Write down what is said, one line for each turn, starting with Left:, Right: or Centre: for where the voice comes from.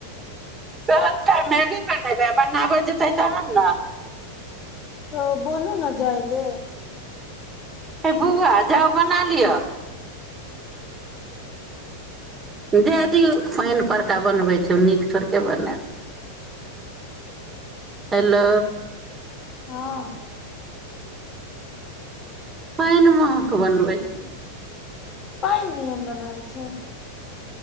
Right: कहल त मैगी बनेबै बनाबऽ जेतै तहन ने
Left: तऽ बोलू ने जाइ ले
Right: हे बौआ जाउ बना लिअ जे दियौ पानि परका बनबै छै नीक छोड़ि कऽ बनायब हेलो
Left: हँ
Right: पहिन अहाँ के बनबै छै
Left: पइ इडियन बनाब छै